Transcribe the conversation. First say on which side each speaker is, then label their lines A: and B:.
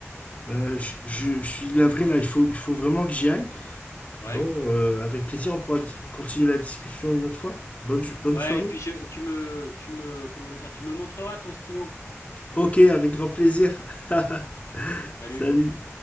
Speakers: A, on the left; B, on the left.
A: Euh, je, je- je suis navré là, il faut, il faut vraiment que j'y aille.
B: Ouais,
A: Bon, euh, avec plaisir, on pourra di- continuer la discussion une autre fois. Bonne, ju- bonne
B: ouais,
A: soirée.
B: et puis je, tu me, tu me, comment dire, tu me montreras ton stylo.
A: Ok, avec grand plaisir. <laughs>
B: Salut.
A: Salut.